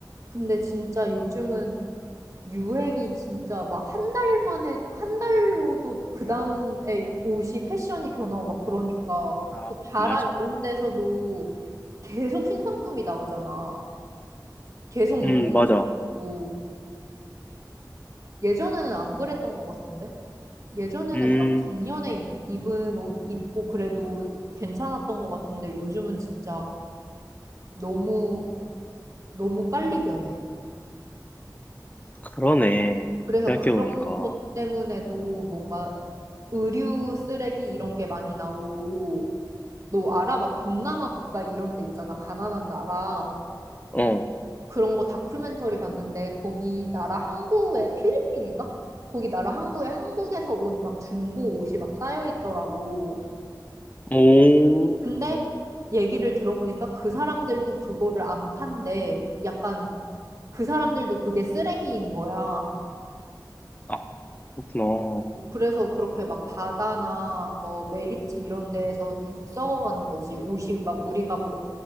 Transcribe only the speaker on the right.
근데 진짜 요즘은 유행이 진짜 막 한 달 만에, 한 달로도 그 다음에 옷이 패션이 변하고 막 그러니까.
그 자라
이런 데서도 계속 신상품이 나오잖아. 계속
유행이고. 예전에는 안 그랬던 것 같은데? 예전에는
막 작년에 이- 입은 옷 입고 그래도 괜찮았던 것 같은데 요즘은 진짜 너무 너무 빨리 변해.
그래서
그런 것 때문에도 뭔가 의류 쓰레기 이런 게 많이 나오고 너 알아? 막 동남아 국가 이런 데 있잖아. 가난한 나라.
그런 거 다큐멘터리 봤는데 거기 나라 항구에 필리핀인가? 거기 나라 항구에 한국에서 온 막 중고 옷이 막 쌓여 있더라고.
근데 얘기를 들어보니까 그 사람들도 그거를 안 판대. 약간 그 사람들도 그게 쓰레기인 거야.
그래서 그렇게 막 바다나 뭐 매립지 이런 데에서 계속 썩어가는 거지. 옷이 막 우리가 뭐